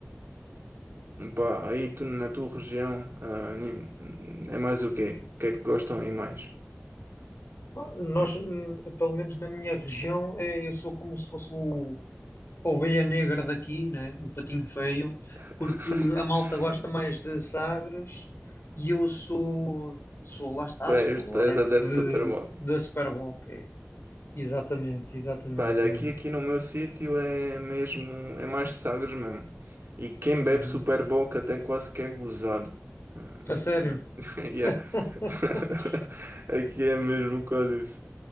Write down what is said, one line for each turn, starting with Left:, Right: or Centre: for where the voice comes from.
Right: Ahm, pá, aí tu na tua região, ah, é mais o quê? O que é que gostam aí mais?
Left: uhum.
Right: Tu,
Left: Nós, hum, pelo menos na minha região, é, eu sou como se fosse o, a ovelha negra daqui, né? O patinho feio,
Right: <laughs>
Left: porque a malta gosta mais de Sagres e eu sou, sou lá está,
Right: tu
Left: sou
Right: és, tu
Left: adepto
Right: és adepto
Left: de,
Right: de Super Bowl.
Left: da Super Bowl. que é- exatamente, exatamente.
Right: Pá, Olha,
Left: é.
Right: aqui, aqui no meu sítio é mesmo, é mais Sagres mesmo. E quem bebe
Left: Uhum.
Right: Super Bock até quase que é gozado. Ah,
Left: A sério?
Right: Aqui, né? <laughs> Yeah.
Left: <laughs>
Right: <laughs> Aqui é mesmo quase isso.